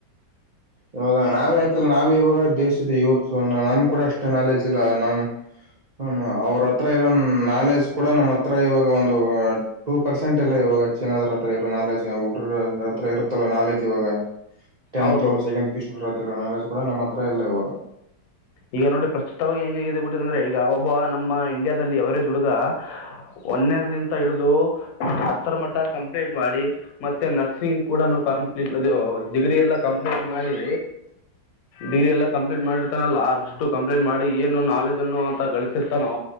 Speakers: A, on the right (about 80°); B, on the left (about 60°).
A: ಇವಾಗ ನಾವೇ ಆಯ್ತಲ್ಲ ನಾವೇ ಇವಾಗ ದೇಶದ ಯವಕರು ಸೊ ನಮ್ ಕೂಡ ಅಷ್ಟೇ ನಾಲೆಜ್ ಇಲ್ಲ ನಮ್ ಹ ಅವ್ರ ಹತ್ರ ಇರೋ ನಾಲೆಜ್ ಕೂಡ ನಮ್ಮ್ ಹತ್ರ ಇವಾಗ ಒಂದು ಟೂ ಪರ್ಸೆಂಟ್ ಇಲ್ಲ ಇವಾಗ ಇವಾಗ ಚೆನ್ನದ್ರ ಹತ್ರ ಇರೋ ನಾಲೆಜ್ <unintelligible> ಉಡ್ರ ಹತ್ರ ಇರುತ್ತಲ್ಲ ನಾಲೆಜ್ ಇವಾಗ ಟೆಂತ್
B: ಹೌದು
A: ಸೆಕೆಂಡ್ ಪೀಸ್ ಕಡತಿರೋ ನಾಲೆಜ್ ಕೂಡ ನಮ್ಮ ಹತ್ರ ಇಲ್ಲ ಇವಾಗ
B: ಈಗ ನೋಡಿ ಪ್ರಸ್ತುತವಾಗಿ ಹೆಂಂಗಗೆ ಇದೆ ಬಿಟ್ಟಿದೆ ಅಂದ್ರೆ ಈಗ ಒಬ್ಬ ನಮ್ಮ ಇಂಡಿಯಾದಲ್ಲಿ ಎವರೇಜ್ ಹುಡುಗ ಒನ್ನೇಂತ ಹಿಡಿದು ಹತ್ತರ ಮಟ್ಟ ಕಂಪ್ಲೀಂಟ್ ಮಾಡಿ ಮತ್ತೆ ನರ್ಸಿಂಗ್ ಕೂಡ ಕಂಪ್ಲೀಟ್ ಇ ಡಿಗ್ರಿ ಎಲ್ಲ ಕಂಪ್ಲೀಟ್ ಮಾಡಿ ಡಿಗ್ರಿ ಎಲ್ಲ ಕಂಪ್ಲೀಟ್ ಮಾಡಿ ಲ್ಲ ಅಷ್ಟು ಕಂಪ್ಲೇಂಟ್ ಮಾಡಿ ಏನು ನಾಲೆಜ್ ಅನ್ನು ಅಂತ ಗಳಿಸಿರ್ತಾನೋ